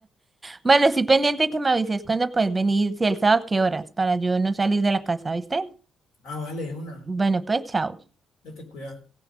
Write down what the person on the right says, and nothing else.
Bueno, estoy pendiente que me avises cuando puedes venir, si el sábado, qué horas, para yo no salir de la casa, ¿viste?
Bueno, pues chao.